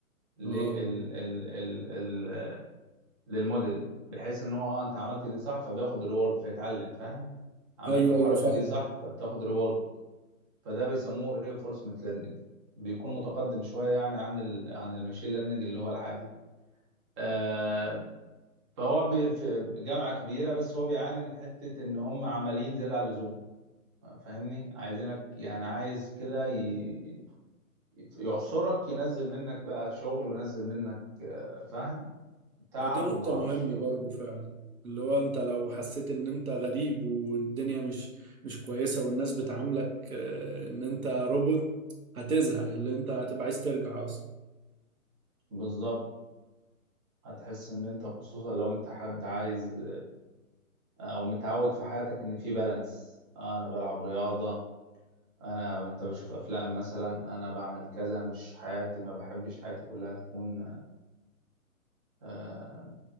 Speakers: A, on the right; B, on the right.
A: لل
B: اه
A: ال ال ال للموديل بحيث ان هو اه انت عملت دي صح فبياخد ريورد فيتعلم فاهم عملت
B: أيوه
A: الحركه
B: أيوه فاهم
A: دي صح فبتاخد ريورد فده بيسموه reinforcement learning بيكون متقدم شوية يعني عن ال عن الماشين ليرنينج اللي هو العادي آه فهو بي- في جامعة كبيرة بس هو بيعاني من حتة إن هم عمليين زيادة عن اللزوم فاهمني عايزينك يعني عايز كده ي- يعصرك ينزل منك بقى شغل وينزل منك آه، فاهم تعب
B: هي دي نقطة
A: ومعرفش
B: مهمة
A: ايه وكده
B: برضه فعلا اللي هو انت لو حسيت ان انت غريب والدنيا مش مش كويسة والناس بتعاملك آه، ان انت روبوت هتزهق اللي انت هتبقى عايز ترجع اصلا
A: بالظبط هتحس ان انت خصوصا لو انت حد عايز آه، او متعود في حياتك ان في بالانس انا بلعب رياضة انا انت بشوف افلام مثلا انا بعمل كذا مش حياتي ما بحبش حياتي كلها تكون آه